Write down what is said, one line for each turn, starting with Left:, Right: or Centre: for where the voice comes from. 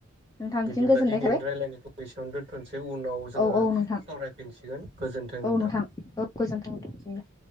Left: नोंथांसिम
Right: बिदिब्ला
Left: गोजोननाय
Right: दिनैनि
Left: थाबाय
Right: रायल्लायनायखौ बेसेयावनो दोनथ'नोसै उनाव जोङो
Left: औ औ नोंथां
Right: सावरायफिनसिगोन गोजोन्थों
Left: औ
Right: नोंथां
Left: औ गोजोन्थों नोंथांनिसिमबो